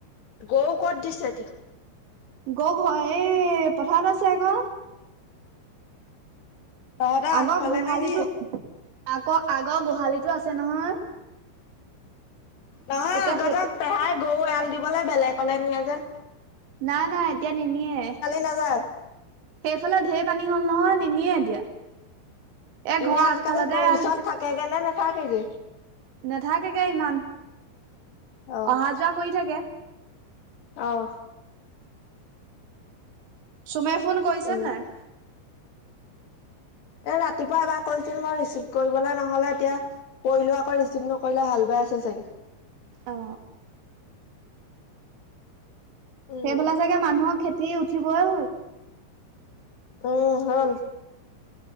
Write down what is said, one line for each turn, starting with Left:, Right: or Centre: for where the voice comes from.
Left: গৰু ক'ত দিছে এতিয়া?
Right: গৰু ঘৰ, এই পথাৰত আছে আকৌ।
Left: তহঁতৰ আগফালে
Right: আগৰ গোহালিটো
Left: নে কি
Right: আগৰ, আগৰ গোহালিতো আছে নহয়।
Left: নহয়,
Right: এতিয়া
Left: আগতে
Right: সেইটো
Left: পেহাই গৰু এৰাল দিবলৈ বেলেগলে নিয়ে যেন।
Right: নাই নাই এতিয়া নিনিয়ে।
Left: <unintelligible>
Right: সেইফালে ঢেৰ পানী হ'ল নহয়, নিনিয়ে এতিয়া। এ
Left: এনেই
Right: ঘৰ
Left: আজিকালি
Right: আগফালতে
Left: গৰু
Right: এৰাল
Left: ওচৰত থাকেগেনে নাথাকেগে।
Right: নেথাকেগে ইমান,
Left: অহ।
Right: অহা যোৱা কৰি থাকে।
Left: অ'।
Right: চুমে ফোন কৰিছে
Left: উম,
Right: নে নাই?
Left: এ, ৰাতিপুৱা এবাৰ কৰিছিল, মই ৰিচিভ কৰিবলৈ নহ'লে তেতিয়া। কৰিলো আকৌ ৰিচিপ্ নকৰিলে হাল বাই আছে চাগে।
Right: অঁ।
Left: উম,
Right: সেইফালে চাগে মানুহৰ খেতি উঠিবই হ'ল।
Left: উম, হ'ল।